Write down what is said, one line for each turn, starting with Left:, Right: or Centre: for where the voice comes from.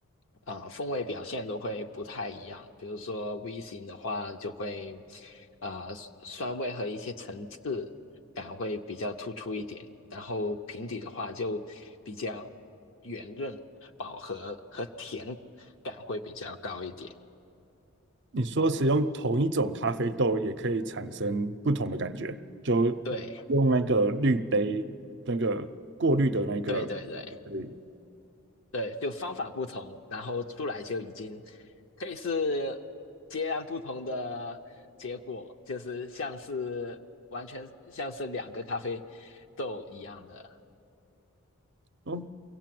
Left: 啊，风味表现都会不太一样。比如说 V 型的话，就会啊，酸味和一些层次感会比较突出一点，然后平底的话就比较圆润、饱和和甜感会比较高一点。
Right: 你说使用同一种咖啡豆也可以产生不同的感觉，就
Left: 对，
Right: 用那个滤杯那个过滤的那个。
Left: 对对对。
Right: 对
Left: 对，就方法不同，然后出来就已经可以是截然不同的结果，就是像是完全像是两个咖啡豆一样的。
Right: 我